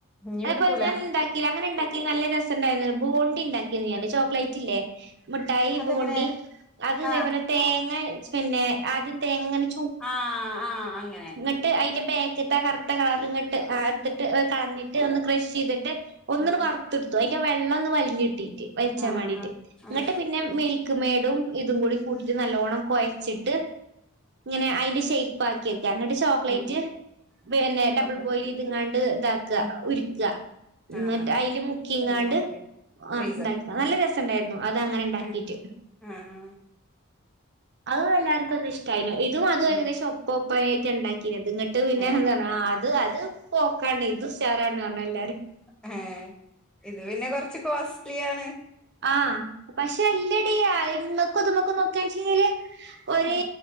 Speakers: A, in the centre; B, on the right.
A: ഇനി
B: അതേപോലെ
A: എടുക്കൂല
B: ഞാൻ ഉണ്ടാക്കില്ലേ അങ്ങനെ ഉണ്ടാക്കി നല്ല രസ് സ ഉണ്ടായിരുന്നല്ലോ ബോണ്ടി ഉണ്ടാക്കി ഞാന് ചോക്ലേറ്റ് ഇല്ലേ മുഠായി
A: അതെങ്ങനെ
B: ബോണ്ടി അത് ഇതേപോലെ
A: ആഹ്
B: തേങ്ങ പിന്നെ ആദ്യം തേങ്ങങ്ങനെ
A: ആ ആഹ് അങ്ങ
B: ഇന്നിട്ട് അതിന്റെ ബേക്കത്തെ അ കറത്ത കളർ ഇങ്ങോട്ട് ആ ടുത്തിട്ട് കളഞ്ഞിട്ട് ഒന്ന് ക്രഷ് ചെയ്തിട്ട് ഒന്ന്
A: ആ
B: ട് വറുത്തെടുത്തു അതിന്റെ വെള്ളം ഒന്ന് വലിഞ്ഞ്ട്ടീട്ട് വലിച്ചാൻ
A: ആ ആ
B: വേണ്ടയിട്ട്
A: ആ ആ
B: ഇങ്ങ്ട്ട്
A: ഉം
B: പിന്നെ പിന്നെ മിൽക്ക് മെയഡും ഇതും കൂടി കൂട്ടിട്ട് നല്ലവണ്ണം കുഴച്ചിട്ട് ഇങ്ങനെ അതിന്റെ ഷേപ്പ് ആക്കിക്കെ അങ്ങിട്ട് ചോക്ലേറ്റ്
A: ഉം ഉം
B: പിന്നെ ഡബിൾ
A: ചോക്ലേറ്റ്
B: ബോയിൽ ഇത്ങ്ങാണ്ട് ഇതാക്കുക
A: ഉം
B: ഉക്കുക എന്നിട്ട്
A: ആ ആ
B: അതില്
A: ആ
B: മുക്കിങ്ങാണ്ട്
A: അയില് മുക്കി
B: ആ
A: ഫ്രീസർ
B: ഉണ്ട നല്ല രസുണ്ടായിരുന്നു അത് അങ്ങനെ ഇണ്ടാക്കീട്ട്
A: ഉം ആ ആ
B: അതും എല്ലാർക്കും ഒന്നും ഇഷ്ടമായിനു ഇതും അത് ഏകദേശം
A: ഉം
B: ഒപ്പ ഒപ്പായിട്ട് ഉണ്ടാക്കി ഇത് ഇങ്ങട്ട് പിന്നെ
A: ഏ
B: എന്താ പറ അത് അത് പോക്കാണ് ഇത് ഉഷാറന്ന് പറഞ്ഞി എല്ലാരും
A: എഹ് എ ഇത് പിന്നെ കൊറച്ച് കോസ്റ്റ്ലി ആണ്
B: ആഹ് പക്ഷെ എല്ലടീ ഇമക്കുത്മക്കും നോക്കാണ്ച്ചെങ്കില് ഒരേ
A: ആ